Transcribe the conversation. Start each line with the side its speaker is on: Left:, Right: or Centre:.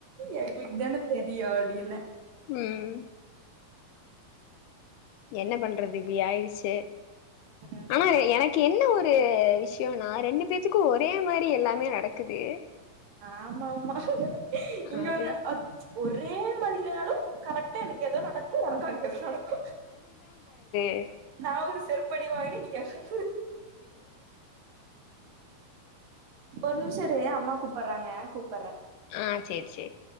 Right: எங்ளுக்குதான தெரியுனு அப்டினு
Left: ம் என்ன பண்றது இப்டி ஆயிடுச்சு
Right: ம்
Left: ஆனா எனக்கு என்ன ஒரு ஒரு விஷயம்னா ரெண்டு பேத்துக்கு ஒரே மாரி எல்லாமே நடக்குது
Right: ஆமாமா இங்க
Left: அது
Right: ஒன்னு அப்த் ஒரே மாரி இல்லைனாலு கரெக்டா எனக்கு எதோ நடக்கு உனக்கு அங்க நடக்கு
Left: எ
Right: நா ஒரு செருப்படி வாங்கின நீங்க ஒரு ஒரு நிமிஷ இரே அம்மா கூப்பறாங்க கூப்
Left: ஆஹ் சேர் சேரி